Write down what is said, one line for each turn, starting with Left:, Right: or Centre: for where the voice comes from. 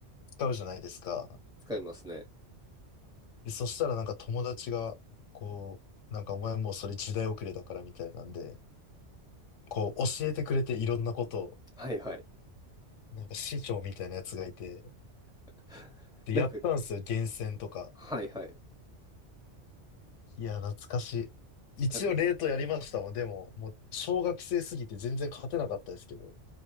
Left: 使うじゃないですか。
Centre: 使いますね。
Left: で、そしたらなんか友達が、こう、なんかお前もうそれ時代遅れだからみたいなんで、こう、教えてくれていろんなことを、
Centre: はいはい。
Left: なんか師匠みたいなやつがいて、
Centre: <laughs>
Left: で、
Centre: なんか、
Left: やったんですよ、厳選とか。
Centre: はいはい。
Left: いや、懐かしい。一応、
Centre: なんか、
Left: レートやりましたもん。でも、もう、小学生すぎて全然勝てなかったですけど。